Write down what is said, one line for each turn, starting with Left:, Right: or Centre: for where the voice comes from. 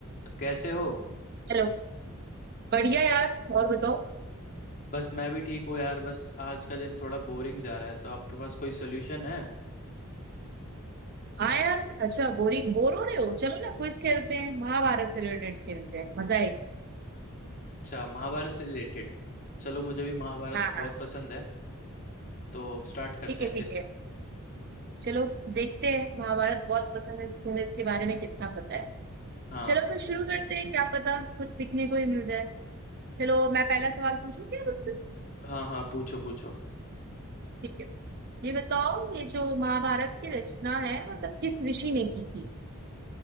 Left: तो कैसे हो
Right: Hello बढ़िया यार और बताओ
Left: बस मैं भी ठीक हूँ यार बस आज का दिन थोड़ा बोरिंग जा रहा है तो आपके पास कोई सोल्यूशन है
Right: हाँ यार अच्छा बोरिंग बोर हो रहे हो चलो ना क्विज खेलते हैं महाभारत से रिलेटेड खेलते हैं मजा आए
Left: अच्छा महाभारत से रिलेटेड चलो मुझे भी महाभारत
Right: हाँ
Left: बहुत
Right: हाँ
Left: पसंद है तो स्टार्ट करते
Right: ठीक है
Left: हैं फिर
Right: ठीक है चलो देखते हैं महाभारत बहुत पसंद है तुम्हें इसके बारे में कितना पता है
Left: हाँ
Right: चलो फिर शुरू करते हैं क्या पता कुछ सीखने को ही मिल जाए चलो मैं पहला सवाल पूछूं क्या मुझसे
Left: हाँ हाँ पूछो पूछो
Right: ठीक है ये बताओ ये जो महाभारत की रचना है मतलब किस ऋषि ने की थी